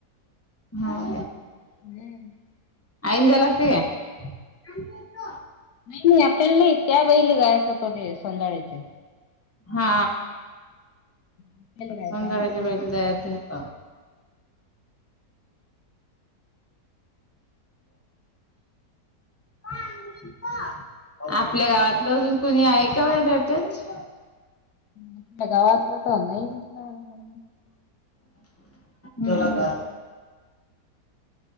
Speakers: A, on the left (about 20°); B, on the left (about 70°).
A: हा.
B: हम्म.
A: आईने जायला लागते काय? मी येतो.
B: नाही नाही आपल्याला नाही त्या बाईला गायच होत ते सोंगाड्याच्या.
A: हा.
B: आपल्याला काय
A: सौंदळग्याच्या
B: जायला लागते
A: बाईला जायचं होतं. पाणी प आपल्या गावातलं अजून कोणी आहे का ओ इथेच?
B: आपल्या गावात ना तर नाही.
A: चला का